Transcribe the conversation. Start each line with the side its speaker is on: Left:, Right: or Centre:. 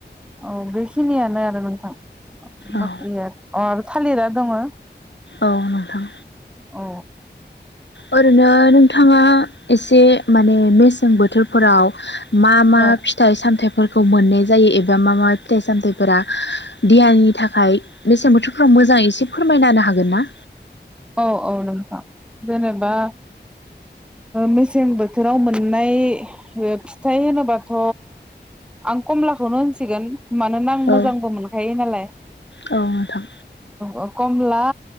Centre: औ बेखिनियानो आरो नोंथां बाखिया
Left: औ
Centre: अ थालिरा दङ
Left: औ नोंथां
Centre: अ
Left: ओरैनो नोंथाङा एसे माने मेसें बोथोरफोराव मा मा
Centre: औ
Left: फिथाइ सामथाय फोरखौ मोननाय जायो एबा मा मा फिथाइ सामथायाइफोरा देहानि थाखाय मेसें बोथोरफ्राव मोजाङै एसे फोरमायननो हागोन गोनना
Centre: औ औ नोंथां जेनेबा मेसें ओ बोथोराव मोननाय फिथाइ होनोबाथ' आं कमलाखौनो होनसिगोन मानोना आं
Left: औ
Centre: मोजांबो मोनखायो नालाय
Left: औ नोंथां
Centre: औ कमला